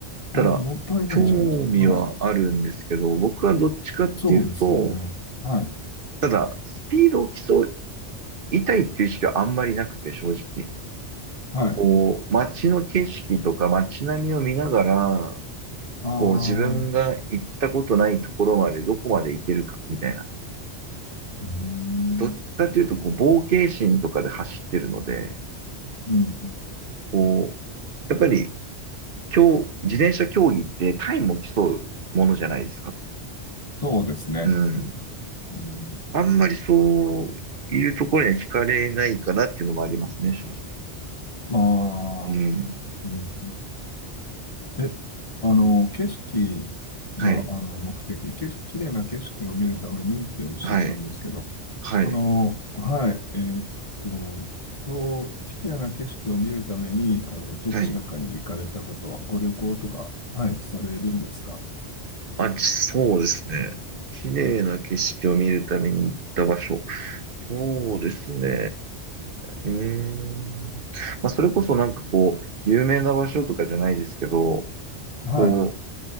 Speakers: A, on the right; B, on the left.
A: ただ、
B: ああ、もったいないじゃないですか。
A: 興味はあるんですけど、
B: はい。
A: 僕はどっちかっていうと、
B: そうですよね。はい。
A: ただ、スピードを競いたいっていう意識はあんまりなくて、正直。
B: はい。
A: こう、街の景色とか街並みを見ながら、
B: ああ、
A: こう、自分が行ったことないところまでどこまで行けるか、
B: う
A: みたいな。
B: ーん、ん。
A: どっちかっていうと、こう、冒険心とかで走ってるので、
B: うん、
A: こう、やっぱり、今日、自転車競技ってタイムを競うものじゃないですか。
B: そうですね。
A: うん。
B: うん、
A: あんまりそういうところには惹かれないかなっていうのもありますね、正直。
B: ま
A: うん。
B: あ、うん、え、あの、景色が、
A: はい。
B: あの、目的、景色、綺麗な景色を見るためにっておっしゃったんですけど、
A: はい。はい。
B: あの、はい、えーっと、そう、綺麗な景色を見るために、あの、どちらかに行かれたことは、
A: はい。
B: ご旅行とか、はい、されるんですか
A: あ、そうですね。綺麗な景色を見るために行った場所。そうですね。うーん。まあ、それこそなんかこう、有名な場所とかじゃないですけど、
B: はい、
A: こ